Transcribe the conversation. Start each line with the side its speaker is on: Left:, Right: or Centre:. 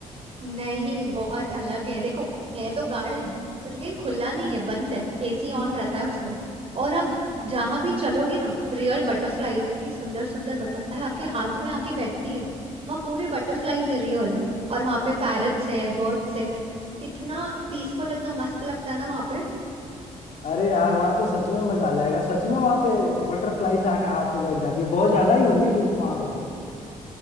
Right: नहीं बहुत अलग है देखो है तो गार्डन पर लेकिन खुला नहीं है बंद है एसी ऑन रहता है उसमें और आप जहां भी चलोगे ना रियल बटरफ्लाईज इतनी सुंदर सुंदर बटरफ्लाई आपके हाथ में आके बैठती है वहाँ पूरे बटरफ्लाईज है रियल और वहाँ पे पैरट्स है बर्ड्स है इतना पीसफुल इतना मस्त लगता है ना वहाँ पे
Left: अरे यार वहाँ तो सच में मजा आ जाएगा सच में वहाँ पे बटरफ्लाई से आके हाथ में बैठ जाती है बहुत ज्यादा ही होंगी फिर तो वहाँ पे तो